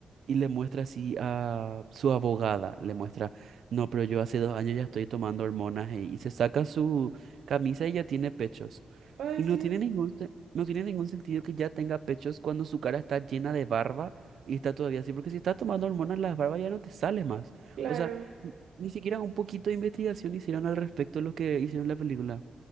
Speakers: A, on the right; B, on the right.
A: y le muestra así a su abogada, le muestra, no, pero yo hace dos años ya estoy tomando hormonas eh", y se saca su camisa y ya tiene pechos.
B: Ay,
A: Y no
B: qué.
A: tiene ningún, se- no tiene ningún sentido que ya tenga pechos cuando su cara está llena de barba y está todavía así, porque si estás tomando hormonas, las barbas ya no te sale más.
B: Claro.
A: O sea, n- ni siquiera un poquito de investigación hicieron al respecto de lo que hicieron en la película.